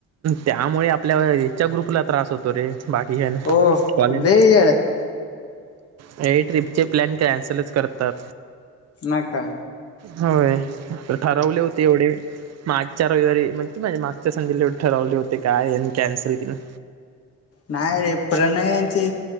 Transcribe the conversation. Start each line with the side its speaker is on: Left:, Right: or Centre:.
Right: त्यामुळे आपल्या ह्याच्या ग्रुपला त्रास होतो रे बाकी कही नई
Left: हो
Right: कॉलज
Left: लई येड आहे
Right: हे ट्रिपचे प्लॅन कॅन्सलच करतात
Left: न का
Right: होय ठरवले होते एवढे मागच्या रविवारी म्हणजे मागच्या संडेला ठरवले होते काय कॅन्सल कि नाही
Left: नाही रे प्रणयन ची